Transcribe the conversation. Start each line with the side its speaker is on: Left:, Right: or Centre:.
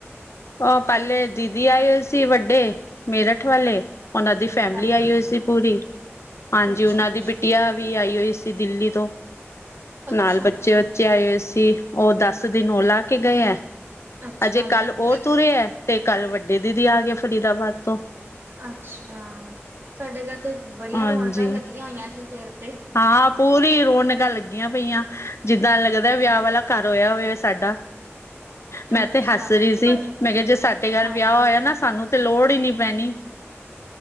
Left: ਓ ਪਹਿਲੇ ਦੀਦੀ ਆਏ ਹੋਏ ਸੀ ਵੱਡੇ। ਮੇਰਠ ਵਾਲੇ ਓਨਾਂ ਦੀ ਫੈਮਿਲੀ
Right: ਅੱਛਾ
Left: ਆਈ ਹੋਈ ਸੀ ਪੂਰੀ ਹਾਂਜੀ,
Right: ਅੱਛਾ
Left: ਓਨਾਂ
Right: ਅੱਛਾ
Left: ਦੀ ਬਿਟ ਟਿਆ ਵੀ ਆਈ ਹੋਈ ਸੀ ਦਿੱਲੀ ਤੋਂ,
Right: ਅੱਛਾ
Left: ਨਾਲ ਬੱਚੇ
Right: ਅੱਛਾ
Left: ਵੱਚੇ ਆਏ ਹੋਏ ਸੀ। ਓ ਦਸ ਦਿਨ ਓ ਲਾ ਕੇ ਗਏ ਐ
Right: ਅੱਛਾ
Left: ਅਜੇ ਕੱਲ੍ਹ
Right: ਜੀ
Left: <unintelligible> ਐ ਤੇ ਕੱਲ ਵੱਡੇ ਦੀਦੀ ਆ ਗਏ ਫਰੀਦਾਬਾਦ ਤੋਂ।
Right: ਅੱਛਾ, ਤੁਹਾਡੇ ਘਰ ਤੇ ਬੜੀਆਂ
Left: ਹਾਂਜੀ
Right: ਰੌਣਕਾਂ ਲੱਗੀਆਂ ਹੋਈਆਂ ਸੀ ਫਿਰ ਤੇ।
Left: ਹਾਂ, ਪੂਰੀ ਰੋਣਕਾਂ ਲੱਗੀਆਂ ਪਈਆਂ, ਜਿੱਦਾਂ ਲੱਗਦਾ ਵਿਆਹ ਵਾਲਾ ਘਰ ਹੋਇਆ ਹੋਵੇ ਸਾਡਾ।
Right: <unintelligible>
Left: ਮੈਂ
Right: ਅੱਛਾ
Left: ਤੇ ਹੱਸ ਰੀ ਸੀ
Right: ਪਰ
Left: ਮੈਂ ਕਯਾ, ਜੇ ਸਾਡੇ ਘਰ
Right: ਹਾਂਜੀ
Left: ਵਿਆਹ ਹੋਇਆ ਨਾ, ਸਾਨੂੰ ਤੇ ਲੋੜ ਈ ਨੀ ਪੈਨੀ।